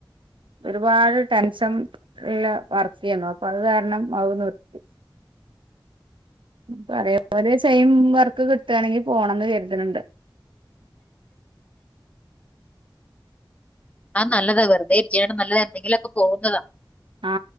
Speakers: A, on the right; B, on the left.
A: ഒരുപാട് ടെൻഷൻ ഉള്ള വർക്ക് ചെയ്യുന്നു അപ്പൊ അത് കാരണം അവിടുന്ന് വിട്ട് ഇപ്പൊ അതെപോലെ സെയിം വർക്ക് കിട്ടുകയാണെങ്കിൽ പോണന്ന് കരുതുന്നുണ്ട്
B: ആ നല്ലതാ വെറുതെ ഇരിക്കാണ്ട് നല്ല എന്തെങ്കിലുമൊക്കെ പോന്നതാ
A: ആ